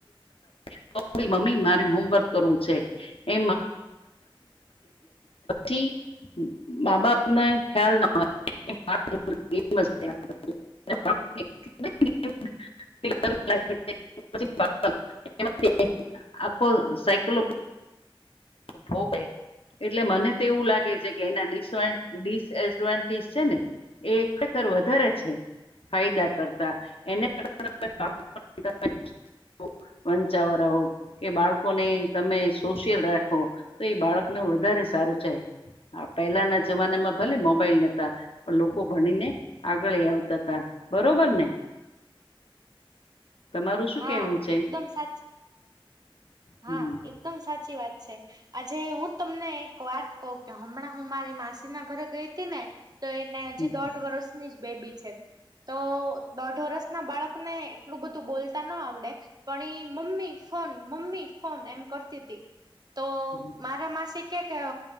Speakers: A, on the left; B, on the right.
A: <unintelligible> મમ્મી મારે હોમવર્ક કરવું છે એ પછ <inaudible> મા બાપને ખ્યાલ ના <inaudible> <unintelligible> <inaudible> આખો સાયકલો ભોગે એટલે મને તો એવું લાગે છે કે એના <unintelligible> છે ને એ એકર વધારે છે ફાયદા કરતા એને <unintelligible> વંચાવરાો કે બાળકોને તમે સોષિયલ રાખો તો એ બાળકને વધારે સારું છે પહેલાના જમાનામાં ભલે મોબાઈલ નથી પણ લોકો ભણીને આગળ આવતા તા બરોબર ને તમારું શું
B: હા
A: કેવું છે
B: એકદમ સાચી હા
A: હમ
B: એકદમ સાચી વાત છે આજે હું તમને એક વાત કહ કે હમણાં હું મારી માસી ના ઘરે ગઈ હતી ને તો એને
A: હમ
B: હજી દોઢ વર્ષની જ બેબી છે તો દોઢ વર્ષ ના બાળકને એટલું બધું બોલતા ન આવડે પણ એ મમ્મી ફોન મમ્મી ફોન એમ કરતી હતી તો
A: હમ
B: મારા માસી કે કે